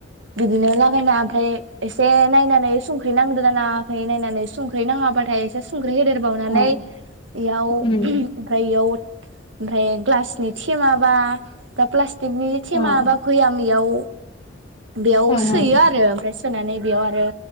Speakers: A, on the right; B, on the left.
A: बिदिनो लागायना ओमफ्राय एसे नायनानै संख्रै नांदो नाङाखै नायनानै संख्रै नाङाबाथाय एसे सु ख्रि होदेरबावनानै
B: ओं
A: बेयाव ओ
B: उम
A: ओमफ्राय इयाव ओमफ्राय ग्लासनि थेमाबा बा प्लास्टिक <unintelligible> थेमा
B: औ
A: बा गैयामिवाव बेयाव
B: ओं
A: सोयो
B: ओं
A: आरो ओमफ्राय सोनानै बेयाव आरो